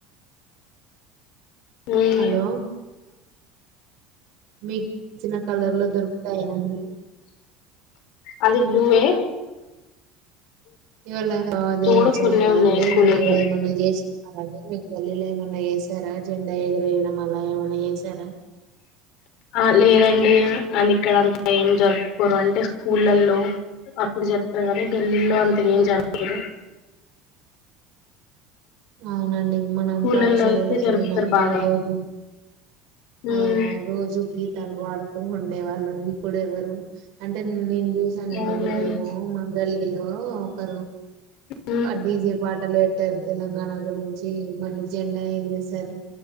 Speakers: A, on the left; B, on the right.
A: ఉన్నాయి
B: హలో మీకుచ్చిన కలర్ లో దొరుకుతాయండి
A: అది బ్లూ ఏ
B: ఇవల దినోత్సవం
A: కూడా కొన్నే
B: కదండి
A: ఉన్నాయి ఎక్కువ
B: మీరు
A: లేవు
B: ఏమన్నా చేస్తున్నారడి మీ గల్లీలో ఏమన్నా చేసారా జెండ ఎగరేయడం అలా ఏమన్నా చేసార
A: ఆ లేదండి అని ఇక్కడంత ఏం జరుపుకోరు అంటే స్కూళ్లల్లో అక్కడ జర్పుతరు కాని గల్లీల్లో అంత ఏం జరుపుకోరు
B: అవునండి మనం
A: స్కూళ్ళల్లో
B: పాఠశాలలోకి
A: అయితే జరుపుతారు
B: వెళ్ళినప్పుడు
A: బాగా
B: రోజు
A: ఉమ్
B: ఆ రోజు గీతలు పాడు ఉండే వాళ్ళు ఇప్పుడు ఎవరు అంటే నే చూసానండి
A: అవునండి
B: ఉదయము మ గల్లీలో ఒకరు
A: ఉమ్
B: డీజే ప <unintelligible> పెట్టారు తెలంగాణ గురించి మళ్ళీ జెండా ఎగిరసారు